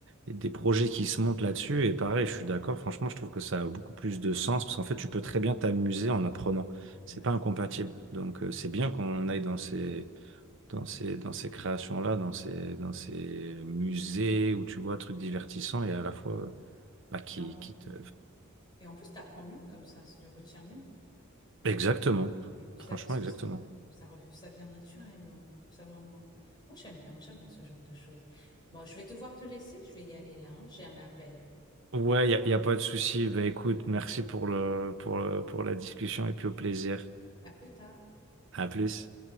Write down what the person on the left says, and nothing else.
ouais.
Et en,
oui. Et en plus, tu apprends mieux comme ça, tu retiens mieux.
Oui, Ça,
parce que
c- ça, rev- ça vient naturellement. Ça vraiment... Moi, j'aime bien, j'aime bien ce genre de choses. Bon, je vais devoir te laisser, je vais y aller là, hein, J'ai un appel.
À plus tard.